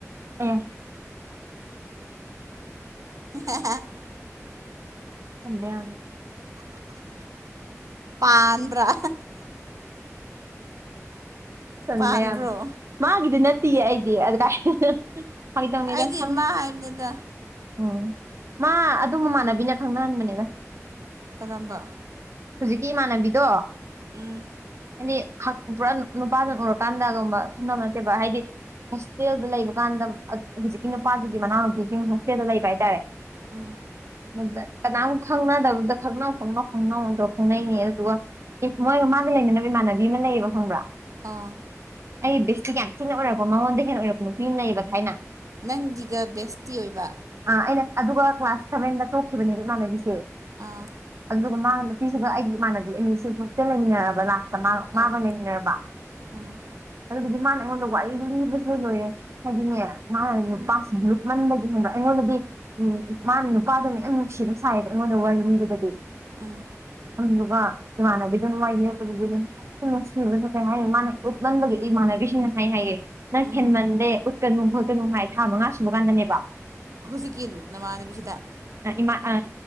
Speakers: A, on the right; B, on the right.
A: ꯑꯦ
B: <unintelligible>
A: ꯀꯟꯗꯦꯝ
B: ꯄꯥꯟꯕ꯭ꯔꯥ
A: ꯆꯝꯃꯦ
B: ꯄꯥꯟꯕ꯭ꯔꯣ
A: ꯌꯥꯝꯅ ꯃꯥꯒꯤꯗꯤ ꯅꯠꯇꯤꯌꯦ ꯑꯩꯗꯤ ꯑꯗꯨ ꯀꯥꯏꯗ ꯐꯒꯤ ꯇꯧꯕꯅꯤꯗ
B: ꯑꯩꯗꯤ
A: ꯈꯪꯗꯦ
B: ꯃꯥ ꯍꯥꯏꯕꯅꯤꯗ
A: ꯑꯣ ꯃꯥ ꯑꯗꯨ ꯃꯃꯥꯟꯅꯕꯤꯅ ꯈꯪꯅꯍꯟꯕꯅꯦꯗ
B: ꯀꯔꯝꯕ
A: ꯍꯧꯖꯤꯛꯀꯤ ꯏꯃꯥꯟꯅꯕꯤꯗꯣ
B: ꯎꯝ
A: ꯍꯥꯏꯗꯤ ꯍꯛ ꯄꯨꯔꯥ ꯅꯨꯄꯥꯗꯨ ꯎꯔꯀꯥꯟꯗꯒꯨꯝꯕ ꯈꯪꯅꯕ ꯅꯠꯇꯦꯕ ꯍꯥꯏꯗꯤ ꯍꯣꯁꯇꯦꯜꯗ ꯂꯩꯕ ꯀꯥꯟꯗ ꯍꯧꯖꯤꯛꯀꯤ ꯅꯨꯄꯥꯗꯨꯒꯤ ꯃꯅꯥꯎ ꯅꯨꯄꯤꯁꯤꯡ ꯍꯣꯁꯇꯦꯜꯗ ꯂꯩꯕ ꯍꯥꯏꯇꯥꯔꯦ
B: ꯎꯝ
A: ꯑꯗ ꯀꯅꯥꯝ ꯈꯪꯅꯗꯕꯗ ꯈꯪꯅꯧ ꯈꯪꯅꯧ ꯈꯪꯅꯧꯇꯧꯔ ꯈꯪꯅꯩꯅꯦꯌꯦ ꯑꯗꯨꯒ ꯃꯣꯏꯒ ꯃꯥꯒ ꯂꯩꯃꯤꯟꯅ ꯈꯣꯏꯃꯥꯟꯅꯕꯤ ꯑꯃ ꯂꯩꯌꯦꯕ ꯈꯪꯕ꯭ꯔꯥ
B: ꯑꯥ
A: ꯑꯩ ꯕꯦꯁꯇꯤ ꯌꯥꯝ ꯊꯤꯅ ꯑꯣꯏꯔꯛꯄ ꯃꯉꯣꯟꯗꯩ ꯍꯦꯟꯅ ꯑꯣꯏꯔꯛꯄ ꯅꯨꯄꯤ ꯑꯃ ꯂꯩꯩꯌꯦꯕ ꯊꯥꯏꯅ
B: ꯅꯪꯒꯤꯒ ꯕꯦꯁꯇꯤ ꯑꯣꯏꯕ
A: ꯑ ꯑꯩꯅ ꯑꯗꯨꯒ ꯀ꯭ꯂꯥꯁ ꯁꯚꯦꯟꯗ ꯇꯣꯛꯈꯤꯕꯅꯦꯕ ꯏꯃꯥꯟꯅꯕꯤꯁꯦ
B: ꯑꯥ
A: ꯑꯗꯨꯗꯨꯒ ꯃꯥꯒ ꯅꯨꯄꯤꯁꯤꯒ ꯑꯩꯒꯤ ꯏꯃꯥꯟꯅꯕꯤ ꯑꯅꯤꯁꯤ ꯍꯣꯁꯇꯦꯜ ꯂꯩꯃꯤꯟꯅꯔꯑꯕ ꯂꯥꯁꯇ ꯃꯥ
B: ꯑꯥ
A: ꯃꯥꯒ ꯂꯩꯃꯤꯟꯅꯔꯕ
B: ꯎꯝ
A: ꯑꯗꯨꯗꯤꯒꯤ ꯃꯥꯅ ꯑꯩꯉꯣꯟꯗ ꯋꯥꯔꯤ ꯂꯤꯕꯁꯤ ꯂꯣꯏꯔꯦ ꯍꯥꯏꯗꯤꯅꯦ ꯃꯥꯅ ꯅꯨꯄꯥꯁꯤ
B: ꯎꯝ
A: ꯂꯨꯞꯃꯟꯕꯒꯤ ꯍꯦꯟꯕ ꯑꯩꯉꯣꯟꯗꯗꯤ ꯎꯝ ꯃꯥꯅ ꯅꯨꯄꯥꯗꯨꯅ ꯌꯥꯝ ꯅꯨꯡꯁꯤꯕ ꯁꯥꯔꯤꯕ ꯑꯩꯉꯣꯟꯗ ꯋꯥꯔꯤ ꯂꯤꯕꯗꯗꯤ
B: ꯑꯥ
A: ꯑꯗꯨꯗꯨꯒ ꯏꯃꯥꯟꯅꯕꯤꯗꯨꯅ ꯋꯥꯔꯤ ꯂꯤꯔꯛꯄꯒꯤ <unintelligible> ꯅꯨꯡꯁꯤꯕꯁꯨ ꯀꯩ ꯍꯥꯏꯅꯤ ꯃꯥꯅ ꯎꯠꯃꯟꯕꯒꯤ ꯏꯃꯥꯟꯅꯕꯤꯁꯤꯡꯅ ꯍꯥꯏ ꯍꯥꯏꯌꯦ ꯅꯪ
B: ꯎꯝ
A: ꯍꯦꯟꯃꯟꯂꯦ ꯎꯠꯀꯅꯨ ꯈꯣꯠꯀꯅꯨ ꯍꯥꯏ ꯊꯥ ꯃꯉꯥ ꯁꯨꯕ ꯀꯥꯟꯗꯅꯦꯕ
B: ꯍꯨꯖꯤꯛꯀꯤ ꯅꯃꯥꯅꯤꯕꯤꯁꯤꯗ
A: ꯑ ꯏꯃꯥ ꯑ